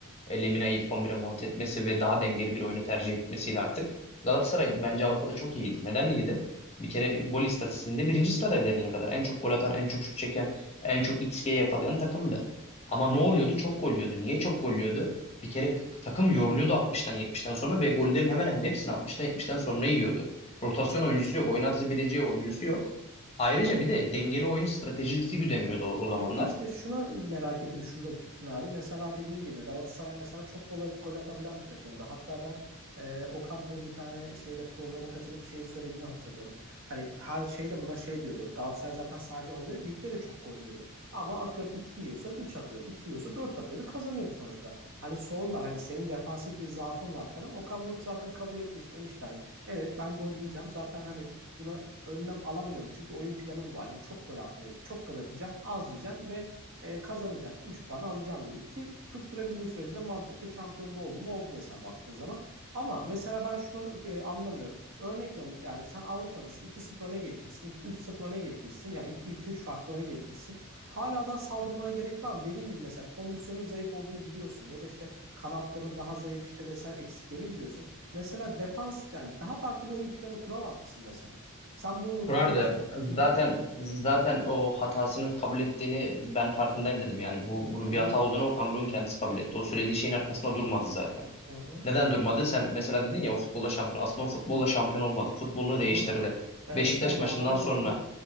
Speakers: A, on the left (about 30°); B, on the right (about 60°).
A: Lemina'yı ilk 11'e monte etmesi ve daha dengeli bir oyunu tercih etmesiyle artık. Galatasaray bence Avrupa'da çok iyiydi. Neden iyiydi? Bir kere gol istatistiğinde birinci sıradaydı eline kadar. En çok gol atan, en çok şut çeken, en çok XG yakalayan takımdı. Ama ne oluyordu? Çok gol yiyordu. Niye çok gol yiyordu? Bir kere takım yoruluyordu 60'tan 70'ten sonra ve gollerin hemen hemen hepsini 60'tan 70'ten sonra yiyordu. Rotasyon oyuncusu yok, oynatabileceği oyuncusu yok. Ayrıca bir de dengeli oyun stratejisi güdemiyordu o, o zamanlar.
B: Peki işte şuna merak ettim şurada bir fikrin abi. Mesela dediğin gibi Galatasaray mesela çok gol, gol atabilen bir takımdı. Hatta ben e, Okan Buruk'un bir tane şeyde programa katılıp şey söylediğini hatırlıyorum. Hani her şeyde buna şey diyordu. Galatasaray zaten sadece orada değil, ligde de çok gol yiyordu. Ama atıyorum 2 yiyorsa 3 atıyordu. iki yiyorsa 4 atıyordu. Kazanıyordu sonuçta. Hani sorular hani senin defansif bir zaafın var falan. Okan Buruk zaten kabul etmiş demişti hani. Evet ben gol yiyeceğim. Zaten hani buna önlem alamıyorum. Çünkü oyun planım bu. Hani çok gol atmaya, çok gol atacağım, az yiyeceğim ve e, kazanacağım. üç puanı alacağım dedi. Ki tutturabildiği sürece de mantıklı şampiyonda oldu mu oldu mesela baktığın zaman. Ama mesela ben şunu e, anlamıyorum. Örnek veriyorum yani sen Avrupa'dasın iki sıfır öne geçmişsin. üç sıfır öne geçmişsin. Yani iki üç farklı öne geçmişsin. Hala daha saldırmana gerek var mı? Dediğin gibi mesela kondisyonun zayıf olduğunu biliyorsun. Ya da işte kanatların daha zayıf işte vesaire eksiklerini biliyorsun. Mesela defans yani daha farklı bir oyun planı kuramaz mısın mesela? Sen bunu
A: kurardı
B: konuyu... Hı hı.
A: zaten zaten o hatasını kabul ettiğini ben farkındayım dedim. Yani bu bunun
B: Hı hı.
A: bir hata olduğunu Okan Buruk'un kendisi kabul etti. O söylediği şeyin arkasında durmadı zaten.
B: Hı hı.
A: Neden durmadı? Sen mesela dedin ya o futbolla şampiyon. Aslında o futbolla şampiyon olmadı. Futbolunu
B: Hı hı.
A: değiştirdi.
B: Evet
A: Beşiktaş
B: son zamanlarda
A: maçından sonra
B: değişti.